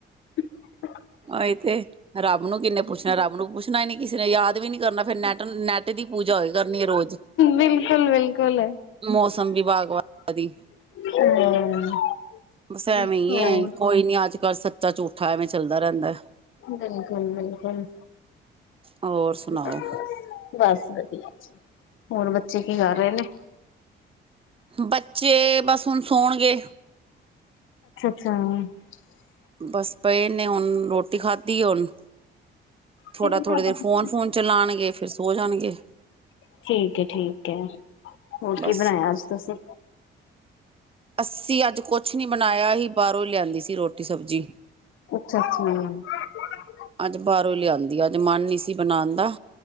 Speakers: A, on the left; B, on the right.
A: <inaudible>
B: ਉਹੀ ਤੇ, ਰਬ ਨੂੰ ਕਿੰਨੇ ਪੁੱਛਣਾ, ਰੱਬ ਨੂੰ ਪੁੱਛਣਾ ਹੀ ਨੀ ਕਿਸੇ ਨੇ, ਯਾਦ ਵੀ ਨੀ ਕਰਨਾ। ਫਿਰ ਨੈਟ ਨੈੱਟ ਦੀ ਪੂਜਾ ਹੋਏਗੀ। ਕਰਨੀ ਰੋਜ਼
A: ਬਿਲਕੁਲ ਬਿਲਕੁਲ
B: ਮੌਸਮ ਵੀਭਾਗ ਵਾ ਦੀ
A: <inaudible>
B: ਬਸ ਐਵੇਂ ਹੀ
A: ਹੋਰ
B: ਐ ਕੋਈ ਨੀ ਅੱਜ ਕੱਲ ਸੱਚਾ ਝੂਠਾ ਐਵੇਂ ਚੱਲਦਾ ਰਹਿੰਦਾ।
A: ਬਿਲਕੁਲ ਬਿਲਕੁਲ
B: ਹੋਰ ਸੁਣਾਓ
A: <inaudible> ਬਸ ਵਧੀਆ ਹੋਰ ਬੱਚੇ ਕੀ ਕਰ ਰਹੇ ਨੇ।
B: ਬੱਚੇ ਬਸ ਹੁਣ ਸੋਣਗੇ।
A: <unintelligible>
B: ਬਸ ਪਏ ਨੇ ਹੁਣ ਰੋਟੀ ਖਾਧੀ ਹੁਣ ਥੋੜਾ
A: ਕਿਹਦੇ ਨਾਲ
B: ਥੋੜ੍ਹੇ ਦੇਰ
A: ਬਣਦੀ
B: ਫੋਨ- ਫੋਨ ਚਲਾਉਣਗੇ ਫਿਰ ਸੋ ਜਾਣਗੇ।
A: ਠੀਕ ਹੈ- ਠੀਕ ਹੈ। ਹੋ ਕੀ
B: ਬਸ
A: ਬਣਾਇਆ ਅੱਜ ਤੁਸੀਂ?
B: ਅੱਸੀ ਅੱਜ ਕੁਛ ਨੀ ਬਣਾਇਆ ਹੀ ਬਾਹਰੋਂ ਹੀ ਲਿਆਂਦੀ ਸੀ ਰੋਟੀ ਸਬਜ਼ੀ
A: ਅੱਛਾ- ਅੱਛਾ <inaudible>
B: ਅੱਜ ਬਾਹਰੋਂ ਲਿਆਂਦੀ ਆ ਅੱਜ ਮਨ ਨਹੀਂ ਸੀ ਬਣਾਣ ਦਾ।